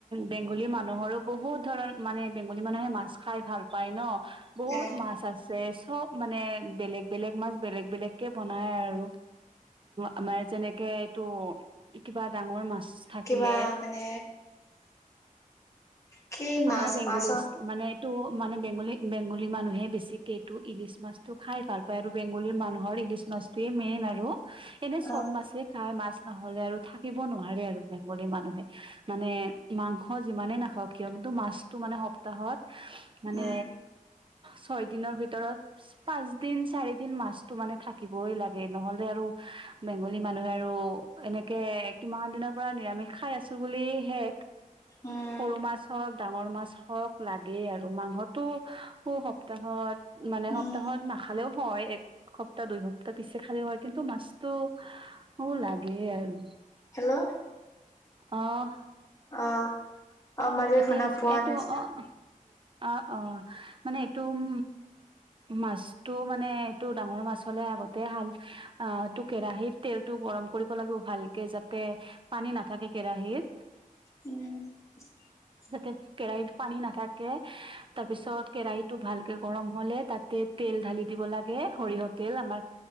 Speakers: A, on the right (about 35°); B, on the left (about 20°).
A: বেঙ্গলি মানুহৰো বহুত- ধৰক মানে, বেঙ্গলি মানুহে মাছ খাই ভাল পায় ন'। বহুত
B: উম
A: মাছ আছে চব্‌ মানে, বেলেগ বেলেগ মাছ বেলেগ বেলেগকে বনাই আৰু। আমাৰ যেনেকে এইটো, কিবা ডাঙৰ মাছ থাকিলে
B: কিবা মানে? কি
A: আমাৰ
B: মাছ
A: বেঙ্গলি
B: মাছৰ
A: মানে এইটো মানে বেঙ্গলি, বেঙ্গলি মানুহে বেছিকে এইটো ইলিছ মাছ টো খাই ভাল পায় আৰু বেঙ্গলি মানুহৰ ইলিছ মাছটোৱেই মেইন আৰু। এনেই চব
B: অ
A: মাছেই খায় মাছ নহ'লে আৰু থাকিব নোৱাৰে আৰু বেঙ্গলি মানুহে। মানে মাংস যিমানে নাখাৱক কিন্তু মাছটো মানে সপ্তাহত- মানে
B: উম
A: ছয় দিনৰ ভিতৰত পাঁচ দিন, চাৰি দিন মাছ তো মানে থাকিবই লাগে। নহ'লে আৰু বেঙ্গলি মানুহে আৰু এনেকে কিমান দিনৰ পৰা নিৰামিষ খাই আছো বুলিহে
B: উম
A: সৰু মাছ হওক ডাঙৰ মাছ হওক, লাগেই আৰু মাংসটো সু সপ্তাহত, মানে
B: উম
A: সপ্তাহত নাখালেও হ'য়। একসপ্তাহ দুই স সপ্তাহ পিছে খালেও হ'য়। কিন্তু মাছটো মো লাগে আৰু।
B: হেল্ল'
A: অহ
B: অ, অ মাজে
A: এতিয়া
B: শুনা
A: ৰিচিপ,
B: পোৱা
A: এইটো
B: নাছিল
A: অ, অ অ হ-হ মানে এইটো উম মাছটো মানে, এইটো ডাঙৰ মাছ হ'লে আগতে হাল আ এটো কেৰাহিত তেলটো- গৰম কৰিব লাগে ভালকে যাতে, পানী নাথাকে কেৰাহীত
B: ও
A: জাকেট। কেৰাহিত পানী নাথাকে, তাৰ পিছত কেৰাহিটো ভালকে গৰম হলে তাতে তেল ঢালি দি- দিব লাগে সৰিয়হত তেল আমাৰ,